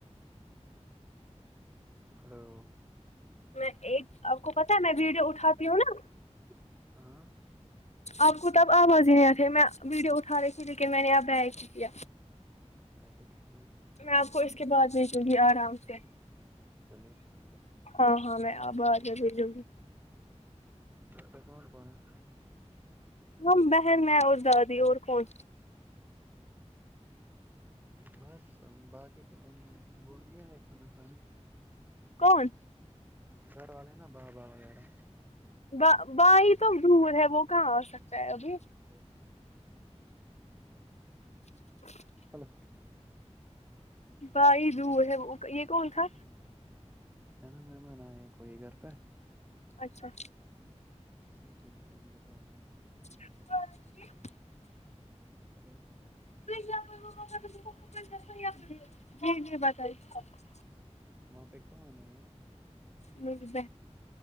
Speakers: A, on the right (about 15°); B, on the left (about 70°).
A: ہلو
B: میں ایک آپ کو پتاہ ہے میں ویڈیو اٹھاتی ہوں نا
A: <unintelligible> <inaudible>
B: آپ کو تو اب آواز ہی آ تھے میں ویڈیو اٹھا رہے تے لیکن میں نے آپ بیائ کیایا
A: اچھا ٹھیک
B: میں آپ کو اس کے بعد بھی دوں گی آرام سے
A: چلیے ٹھیک ہے
B: ہاں ہاں میں آبہ آ جر بھی جو گی
A: در کون کون
B: ہم بہن میں اور دادی اور کون
A: بس باقی تو وہ نہیں آئے کھانا کھان
B: کون
A: گھر والے نا با با وغیرہ
B: ب بائی تو دور ہے وہ کہاں آ سکتا ہے ابھی
A: ہ
B: <inaudible>
A: ہلو
B: بائی دور ہے وہ یہ کون تھا
A: ہے نا مہمان آئے کوئی گھر پہ
B: اچھا
A: جی جی بتائیے بتائیے آپ
B: <inaudible>
A: تو
B: <unintelligible> <inaudible>
A: وہاں پہ کو آنا ہے
B: ج ب